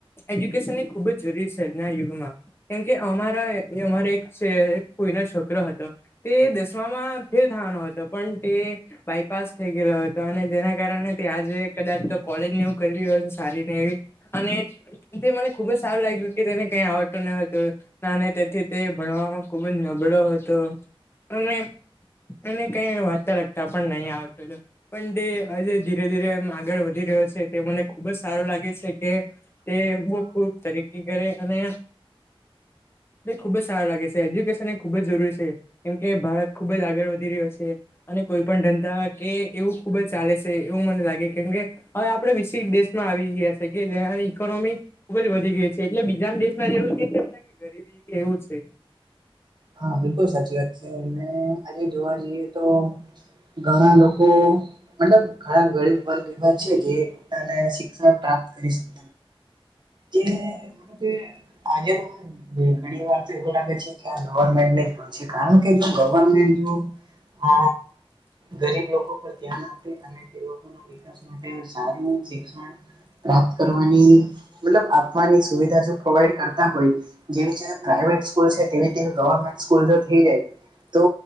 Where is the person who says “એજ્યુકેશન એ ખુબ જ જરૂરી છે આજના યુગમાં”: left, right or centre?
Left